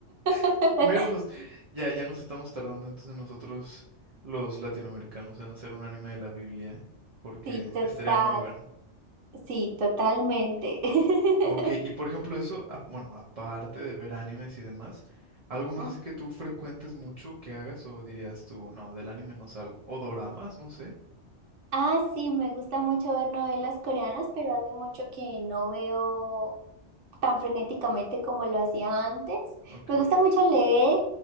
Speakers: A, on the right; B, on the right.
A: <laughs>
B: <laughs> mira, pues ya, ya nos estamos tardando entonces nosotros los latinoamericanos en hacer un anime de la Biblia, ¿eh? Porque
A: Sí, total,
B: estaría muy bueno.
A: sí, totalmente. <laughs>
B: Ok, y por ejemplo eso, a- bueno, aparte de ver animes y demás, algo más
A: Ujú.
B: así que tú frecuentes mucho que hagas o dirías tú, no, del anime no salgo. O doramas, no sé.
A: Ah, sí, me gusta mucho ver novelas coreanas, pero hace mucho que no veo tan frenéticamente como lo hacía antes.
B: Ok,
A: Me gusta mucho leer,